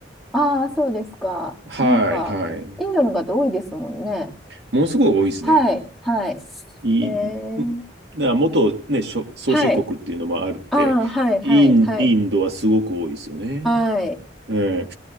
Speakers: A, in the centre; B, on the right.
A: ああ、そうですか。
B: はい、
A: なんか、
B: はい。
A: インドの方多いですもんね。
B: ものすごい多いですね。
A: はい、はい。
B: い
A: えー、
B: い、な元、ね、しょ宗主国っていうのもあるって、
A: はい。ああ、はい、はい、
B: イン、
A: はい。
B: インドはすごく多いですよね。
A: はい。
B: ええ